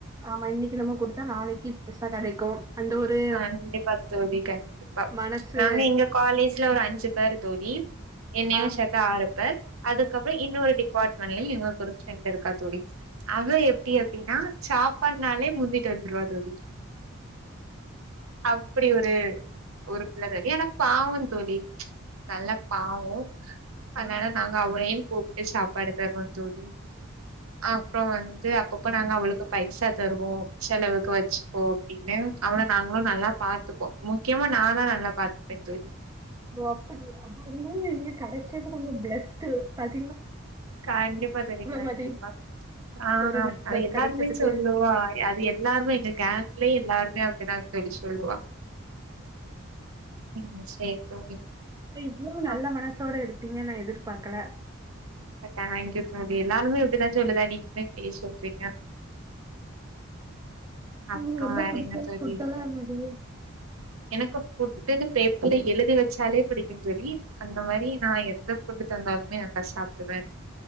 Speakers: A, on the right (about 15°); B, on the right (about 85°).
A: ஆமா இன்னைக்கி நம்ம குடுத்தா நாளைக்கி பெருசா கெடைக்கு அந்த ஒரு
B: கண்டிப்பா தோழி கண்டிப்பா
A: மனசு
B: நாங்க எங்க காலேஜ்ல ஒரு அஞ்சு பேர் தோழி என்னையு
A: ஆ
B: சேத்தா ஆறு க அதுக்கப்புறோ இன்னொரு டிபார்ட் மெண்ட்ல எங்களுக்கு ஒரு ஃப்ரெண்ட் இருக்கா தோழி. அவ எப்டி அப்டின்னா சாப்பாடுன்னாலே முந்திட்டு வந்துருவா தோழி. அப்பிடி ஒரு ஒரு பிள்ள அது அதேயானா பாவோந் தோழி நல்ல பாவோ அதனால
A: ஆ
B: நாங்க அவளையு கூப்ட்டு சாப்பாடு தருவோ தோழி ஆ இப்ப வந்து அப்பப்ப நாங்க அவளு க்கு பைசா தருவோ செலவுக்கு வச்சுக்கோ அப்டின்னு அவள நாங்களு நல்லா பாத்துப்போ முக்கியமா நான்தா நல்லா பாத்துப்பே தோழி
A: ஓ அப்பிடியா அப்ப வந்து நீங்க கெடச்சது ப்ப கொஞ்சோ பிளஸ்டு பட்
B: கண்டிப்பா தொழி கண்டிப்பா
A: மாரி
B: ஆ
A: ஒரு நண்பர்
B: அது எல்லாருமே
A: கெடச்சதுக்கு
B: சொல்லுவா அது எல்லாருமே இந்த கேங் ங்லே எல்லாருமே அப்டிதா தோலி சொல்லுவா உ சேரி தோழி
A: அ இவ்ளோ
B: அப்ப
A: நல்ல மனசோட இருப்பீங்கன நா எதிர்ப் பாக்கல
B: டேங்க்யு தோழி எல்லாருமே இப்டித்தா சொல்லுதா நீங்களு இப்டியே சொல்றீங்க அப்றோ
A: உங்களுக்கு ரொம்ப
B: வேற
A: புடிச்ச
B: என்ன தோலி
A: ஃபுட் எல்லா என்னது
B: எனக்கூ ஃபுட்டுனு பேப் இல்ல எழுதி வச்சாலே பிடிக்கு தோழி அந்த மாரி நா எந்த ஃபுட் தந்தாலுமே நல்லா சாப் டுவே